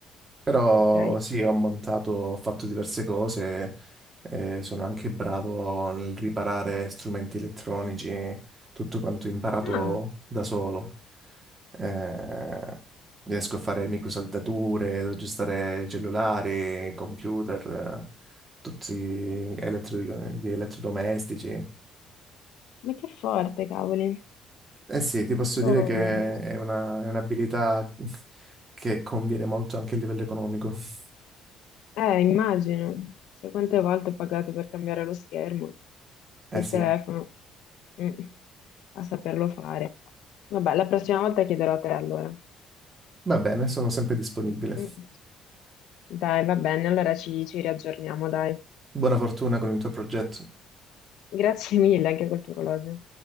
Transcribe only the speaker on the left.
ok.
Ah,
ma che forte, cavoli.
Boh.
Eh, immagino. Sai quante volte ho pagato per cambiare lo schermo del
telefono? Mm, A saperlo fare. Vabbè, la prossima volta chiederò a te allora.
Mm. Dai, va bene, allora ci, ci riaggiorniamo, dai.
Grazie mille anche col tuo orologio.